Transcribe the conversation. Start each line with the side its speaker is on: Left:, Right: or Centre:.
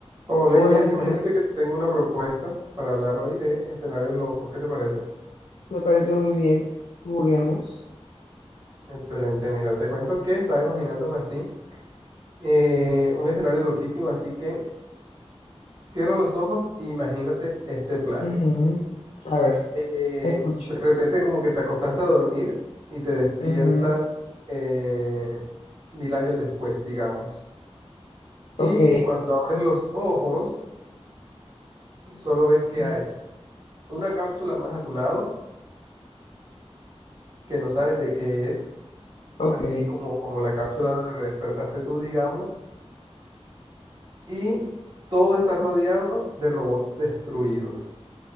Right: Hola
Left: Hola
Right: Inés,
Left: André,
Right: imagínate que tengo una propuesta para hablar hoy de escenarios locos. ¿Qué te parece?
Left: me parece muy bien. Juguemos.
Right: Excelente, mira, te cuento que estaba imaginándome así, eh, un escenario loquísimo, así que cierra los ojos e imagínate este plan.
Left: Ujú. A ver,
Right: Eh,
Left: te escucho.
Right: de repente como que te acostaste a dormir y te despiertas
Left: Ujú.
Right: eh, mil años después, digamos. Y
Left: Ok.
Right: cuando abres los ojos, solo ves que
Left: Ujú.
Right: hay una cápsula más a tu lado que no sabes de qué es
Left: Ok.
Right: así como, como la cápsula donde despertaste tú, digamos, y todo está rodeado de robots destruidos,